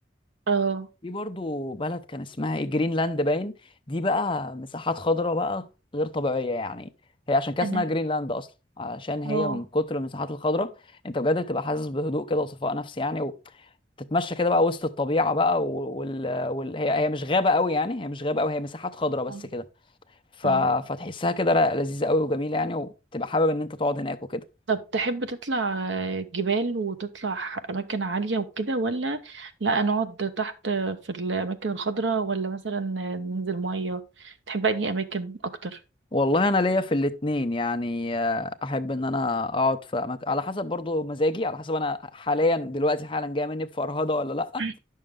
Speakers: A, on the right; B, on the left.
A: اه
B: في برضو بلد كان اسمها إيه، جرينلاند باين دي بقى مساحات خضراء بقى غير طبيعيه يعني هي عشان كده
A: انا
B: اسمها جرينلاند اصلا عشان هي
A: اه
B: من كتر المساحات الخضراء انت بجد بتبقى حاسس بهدوء كده وصفاء نفسي يعني وتتمشى كده بقى وسط الطبيعه بقى و- وال... وال... هي هي مش غابه قوي يعني هي مش غابه قوي هي مساحات خضراء بس
A: اه
B: كده ف...
A: آه.
B: فتحسها كده لا- لذيذه قوي وجميله يعني وتبقى حابب ان انت تقعد هناك وكده
A: طب تحب تطلع جبال وتطلع أماكن عالية وكده ولا لا نقعد تحت في الأماكن الخضراء ولا مثلا ننزل مية تحب أنهي أماكن أكتر؟
B: والله انا ليا في الاتنين يعني آه، احب ان انا اقعد في أماكن على حسب برضو مزاجي على حسب انا حاليا دلوقتي حالا جاي مني بفرهده ولا لا
A: <coughs>